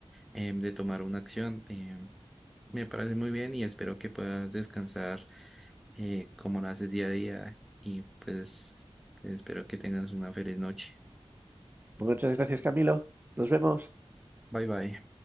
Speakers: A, in the centre; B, on the right.
A: em, de tomar una acción. em, me parece muy bien y espero que puedas descansar eh, como lo haces día a día y pues espero que tengas una feliz noche.
B: Muchas gracias, Camilo. Nos vemos.
A: Bye bye.